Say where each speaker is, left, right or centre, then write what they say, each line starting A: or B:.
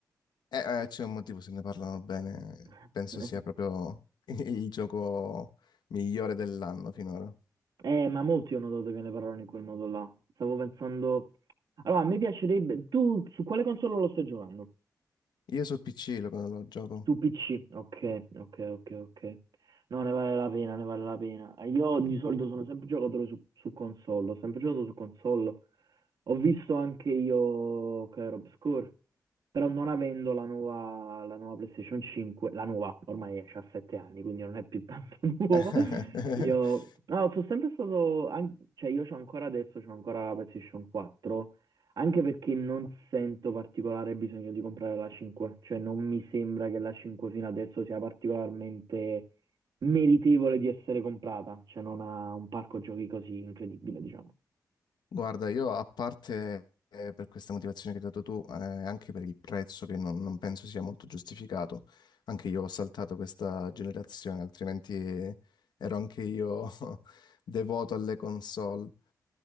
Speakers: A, on the left (about 75°); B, on the right (about 70°).
A: Eh, eh, c'è un motivo se ne parlano bene,
B: <laughs>
A: penso sia proprio <laughs> il gioco migliore dell'anno finora.
B: Eh, ma molti ho notato che ne parlano in quel modo là. Stavo pensando... Allora, a me piacerebbe... Tu su quale console lo stai giocando?
A: Io su PC lo, lo gioco.
B: Su PC? Ok, ok, ok, ok. No, ne vale la pena, ne vale la pena. Io di solito sono sempre giocatore su, su console, ho sempre giocato su console. Ho visto anche io Clair Obscur, però non avendo la nuova, la nuova PlayStation 5, la nuova ormai ha 7 anni, quindi non è più tanto <laughs> nuova.
A: <laughs>
B: Io, no, sono sempre stato, an- cioè io c'ho ancora adesso, c'ho ancora la PlayStation 4, anche perché non sento particolare bisogno di comprare la 5, cioè non mi sembra che la 5 fino adesso sia particolarmente meritevole di essere comprata, cioè non ha un parco giochi così incredibile, diciamo.
A: Guarda, io a parte eh, per questa motivazione che hai dato tu, eh, anche per il prezzo che non, non penso sia molto giustificato, anche io ho saltato questa generazione, altrimenti ero anche io <laughs> devoto alle console,